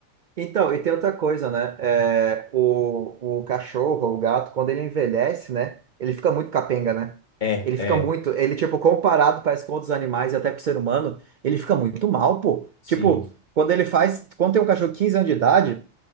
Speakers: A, on the right (about 65°); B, on the left (about 35°).
A: Então, e tem outra coisa, né? É, o, o cachorro, o gato, quando ele envelhece, né? Ele fica muito capenga, né?
B: É,
A: Ele
B: é.
A: fica muito. Ele, tipo, comparado, parece com outros animais e até com o ser humano, ele fica muito mal, pô.
B: Sim.
A: Tipo, quando ele faz. Quando tem um cachorro de 15 anos de idade,